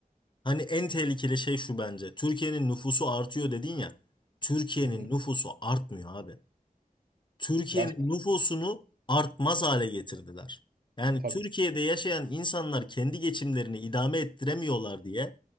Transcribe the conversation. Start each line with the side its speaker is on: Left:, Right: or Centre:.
Left: hani en tehlikeli şey şu bence. Türkiye'nin nüfusu artıyor dedin ya. Türkiye'nin
Right: Hı hı.
Left: nüfusu artmıyor abi. Türkiye'nin
Right: Ya
Left: nüfusunu artmaz hale getirdiler. Yani
Right: Tabii.
Left: Türkiye'de yaşayan insanlar kendi geçimlerini idame ettiremiyorlar diye